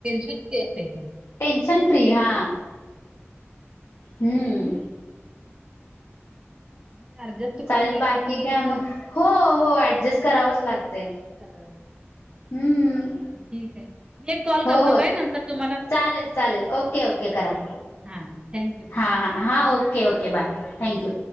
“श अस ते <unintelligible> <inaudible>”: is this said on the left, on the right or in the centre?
Right